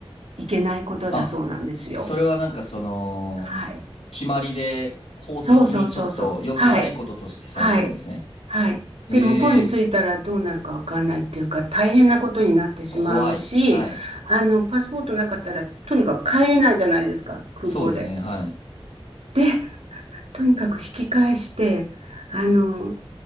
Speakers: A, on the right; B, on the left.
A: いけないことだそうなんですよ。
B: あ、それはなんかその、
A: はい。
B: 決まりで法的にちょっと良くないこととしてされてるんですね。
A: そうそうそうそう。はい。はい。はい。
B: ええー、
A: で、向こうに着いたらどうなるかわかんないっていうか、大変なことになってしまうし、
B: 怖い。はい。
A: あの、パスポートなかったら、とにかく帰れないじゃないですか、空港で。
B: そうですね。はい。
A: で、とにかく引き返して、あの、